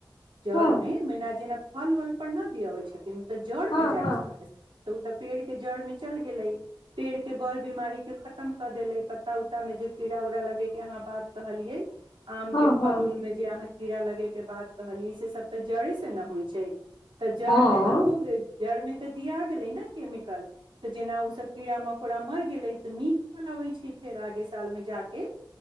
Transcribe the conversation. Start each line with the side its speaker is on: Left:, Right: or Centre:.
Right: जड़मे
Left: हँ
Right: मैना जेना फल वल पर नहि दअबै छथिन तऽ जड़
Left: हँ
Right: मे जाइ
Left: हँ
Right: छथि तऽ ओ तऽ पेड़ के जड़ मे चलि गेलै पेड़ के बड़ बीमारी के खतम कऽ देले पत्ता उत्ता मे जे कीड़ा उड़ा लगे के अहाँ बात कहलियै आम के
Left: हँ हँ
Right: फल उल मे जे अहाँ कीड़ा लगे के बात कहलीै से सब तऽ जड़े से ने होइ छै तऽ जड़
Left: हँ
Right: मे तऽ जड़ मे तऽ दिया गेले ने केमिकल तऽ जेना ओ सब कीड़ा मकोड़ा मरि गेलै तऽ नीक फल अबै छै फेर आगे साल में जााक